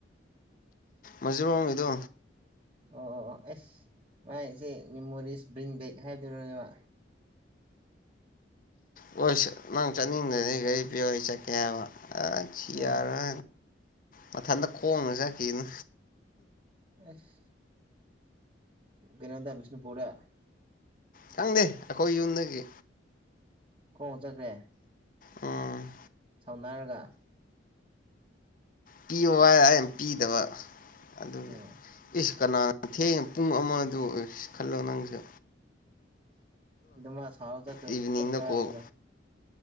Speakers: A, on the left; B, on the right.
A: ꯃꯁꯔꯕꯕꯥ ꯀꯗꯣ
B: ꯑꯣ ꯑꯣ ꯑꯣ ꯑꯦꯁ ꯃꯥꯏꯆꯦ ꯃꯦꯃꯣꯔꯤꯁ ꯕ꯭ꯔꯤꯡ ꯕꯦꯛ ꯍꯥꯏꯗꯣꯏꯔꯣꯅꯦꯕ
A: ꯍꯣꯏ ꯅꯪ ꯆꯠꯅꯤꯡꯗꯅꯤ ꯒꯥꯔꯤ ꯄꯤꯣ ꯑꯩ ꯆꯠꯀꯦ ꯍꯥꯏꯕ ꯑ ꯁꯤ
B: ꯑ
A: ꯌꯥꯔ ꯃꯊꯟꯇ ꯈꯣꯡꯅ ꯆꯠ ꯀꯅ
B: ꯑꯦꯐ ꯒꯩꯅꯦꯟꯗ ꯕꯤꯁꯅꯨ ꯄꯨꯔꯔ
A: ꯈꯪꯗꯦ ꯑꯩꯈꯣꯏ ꯌꯨꯝꯗꯒꯤ
B: ꯍ ꯆꯈ꯭ꯔꯦ
A: ꯎꯝ
B: ꯁꯥꯎꯅꯔꯒ
A: ꯄꯤꯌꯨ ꯍꯥꯏ ꯌꯥꯝ ꯄꯤꯗꯕ ꯑꯗꯨ
B: ꯎꯝ
A: ꯏ ꯀꯅꯥꯅ ꯊꯦꯡꯉ ꯄꯨꯡ ꯑꯃꯗ ꯈꯜꯂꯣ ꯅꯪꯁꯦ
B: ꯑꯗꯨ ꯃꯥ ꯁꯥꯎꯔ ꯆꯠ
A: ꯏꯚꯤꯅꯤꯡꯗ
B: ꯆꯠꯄ꯭ꯔꯅꯤꯅ
A: ꯀꯣꯜ